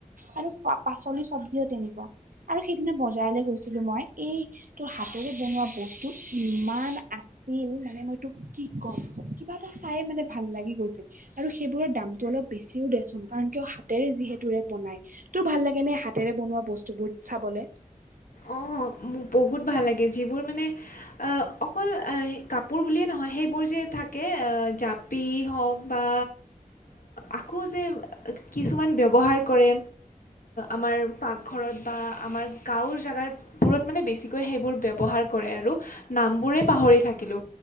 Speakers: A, on the right; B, on the left.
A: আৰু আৰু পাচলি চব্জিও তেনেকুৱা আৰু সেইদিনা বজাৰলৈ গৈছিলো মই এই তোৰ হাতেৰে বনোৱা ব্তটো ইমান আছিল মানে মই তোক কি কম কিবা এটা চাইে মানে ভাল লাগি গৈছিল আৰু সেইবোৰৰ দামটো অলপ বেছিও দেিয়চোন কাৰণ কিয় হাতেৰে যিহেতুৰে বনায় তোৰ ভাল লাগে নে হাতেৰে বনোৱা বস্তুবোৰ চাবলে
B: অঁ মোৰ বহুত ভাল লাগে যিবোৰ মানে অকল কাপোৰ বুলিয়েই নহয় সেইবোৰ যে থাকে জাপ পি হওক বা আকৌ যে কিছুমান ব্যৱহাৰ কৰে আমাৰ পাকঘৰত বা আমাৰ গাঁৱৰ জেগাৰ বোৰত মানে বেছিকৈ সেইবোৰ ব্যৱহাৰ কৰে আৰু নামবোৰেই পাহৰি থাকিলোঁ